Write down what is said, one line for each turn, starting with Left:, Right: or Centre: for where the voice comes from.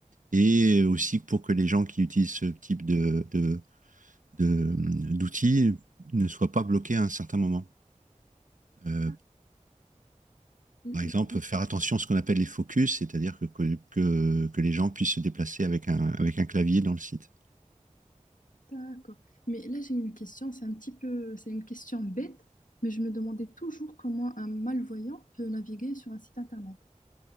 Right: et aussi pour que les gens qui utilisent ce type de, de, de- d'outils ne soient pas bloqués à un certain moment. Euh,
Left: D'accord.
Right: par exemple, faire attention à ce qu'on appelle les focus, c'est-à-dire que, que, que- que les gens puissent se déplacer avec un, avec un clavier dans le site.
Left: d'accord. Mais là, j'ai une question, c'est un petit peu, c'est une question bête, mais je me demandais toujours comment un malvoyant peut naviguer sur un site internet.